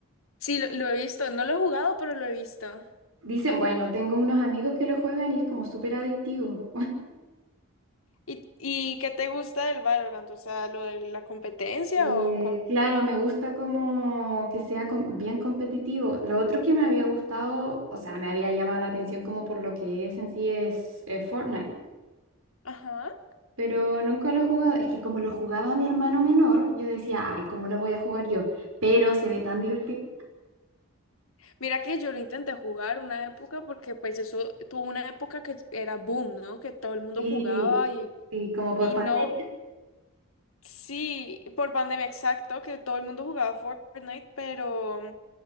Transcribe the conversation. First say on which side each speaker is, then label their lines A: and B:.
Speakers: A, on the left; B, on the right.
A: Sí, lo, lo he visto, no lo he jugado, pero lo he visto.
B: dicen, bueno, tengo unos amigos que lo juegan y es como súper adictivo.
A: ¿Y, y qué te gusta del Valorant? O sea, lo de la competencia
B: Eh,
A: o cómo?
B: claro, me gusta como que sea com- bien competitivo. Lo otro que me había gustado, o sea, me había llamado la atención como por lo que es en sí es eh, Fortnite.
A: Ajá.
B: pero nunca lo he jugado. Es que como lo jugaba mi hermano menor, yo decía, ay, ¿cómo lo voy a jugar yo? Pero se ve tan divertido.
A: Mira que yo lo intenté jugar una época porque pues eso tuvo una época que era boom, ¿no? Que todo el mundo
B: Sí,
A: jugaba y,
B: sí, como por
A: y
B: pandemia.
A: no. Sí, por pandemia exacto, que todo el mundo jugaba Fortnite, pero